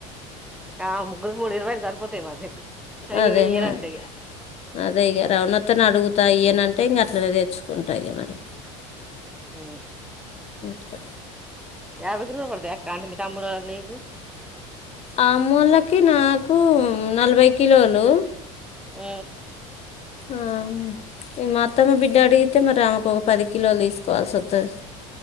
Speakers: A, in the centre; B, on the left (about 40°).
A: ఆ ముగ్గురికి మూడు యిరవైలు సరిపోతాయి మరి అయ్యో
B: అదే
A: ఇయడంట
B: మరి
A: ఇక
B: అదే ఇక రవణత్తను అడుగుతా ఇయనంటే ఇంక అట్లనే తెచ్చుకుంటా మరి
A: ఊ
B: ఇకా
A: యాభై కిలోలు పడుతాయ అక్క అంటే మీ తమ్ముడు నీకు
B: ఆమూలకి నాకు నలభై కిలోలు
A: ఊ
B: ఆ మా అత్తమ్మ బిడ్డ అడిగితే మరి ఆమెకు ఒక పది కిలోలు తీసుకోవాల్సి వస్తది